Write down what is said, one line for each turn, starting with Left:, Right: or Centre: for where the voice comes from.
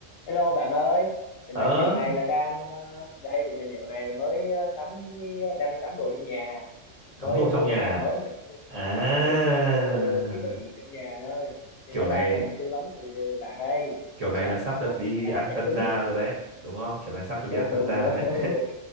Left: Hello bạn ơi, tình
Right: ờ
Left: hình dạo này là đang ờ, đây tình hình dạo này là mới ờ, sắm cái- đang sắm đồ trong nhà, mới
Right: cắm đồ
Left: mua
Right: trong nhà
Left: cái nhà
Right: à
Left: mới mà chưa
Right: À,
Left: ừ, chưa có đồ thiết bị trong nhà nữa ơi. Nên
Right: kiểu
Left: là
Right: này
Left: đang cần tư vấn từ, từ bạn đây.
Right: kiểu
Left: Thấy
Right: này
Left: bạn
Right: là sắp
Left: <laughs>
Right: được đi
Left: chắc
Right: ăn
Left: chắc
Right: tân
Left: cứng.
Right: gia rồi đấy đúng không kiểu này sắp được
Left: Đúng
Right: đi ăn tân
Left: đúng
Right: gia
Left: đúng.
Right: đấy
Left: <laughs> Ok.